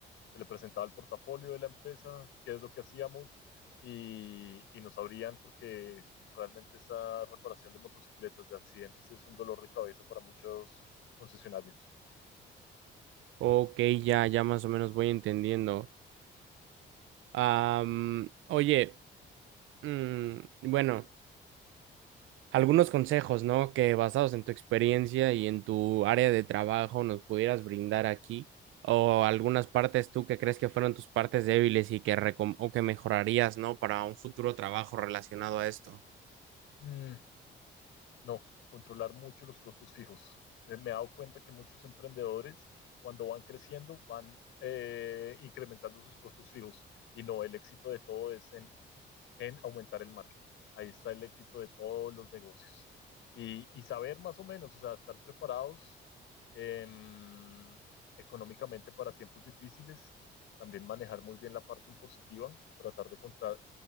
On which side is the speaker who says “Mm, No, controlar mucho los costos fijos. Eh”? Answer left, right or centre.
Left